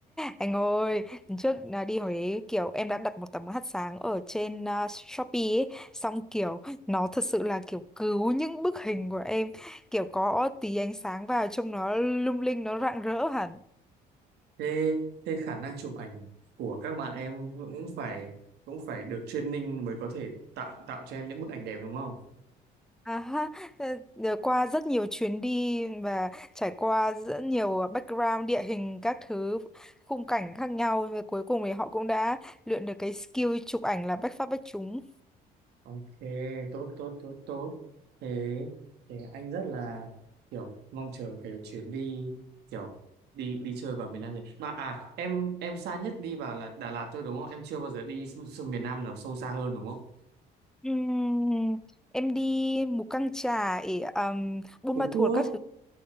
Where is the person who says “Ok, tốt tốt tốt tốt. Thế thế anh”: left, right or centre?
Right